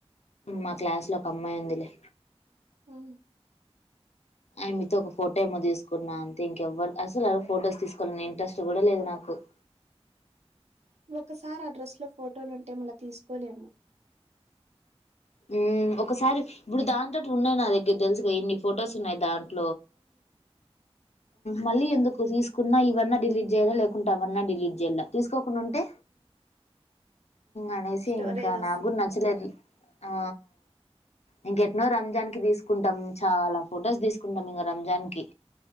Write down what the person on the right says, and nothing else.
ఉ
ఒకసారి అడ్రస్ లో ఫోటోలుంటే మళ్ళ తీసుకోలేము
స్టోరేజ్
వస్తుంది